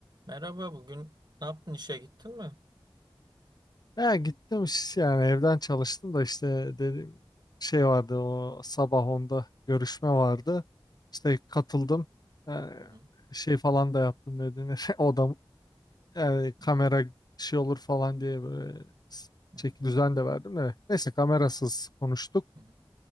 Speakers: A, on the right; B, on the left.
A: Merhaba bugün ne yaptın işe gittin mi?
B: Ya gittim iş- yani evden çalıştım da işte dediğim şey vardı o sabah onda görüşme vardı. İşte katıldım. Yani
A: Hı hı,
B: şey falan da yaptım ne denir. <laughs> Odam yani kamera
A: hı hı,
B: şey olur falan diye böyle s-
A: hı
B: çek düzen de verdim de. Neyse kamerasız konuştuk.
A: hı,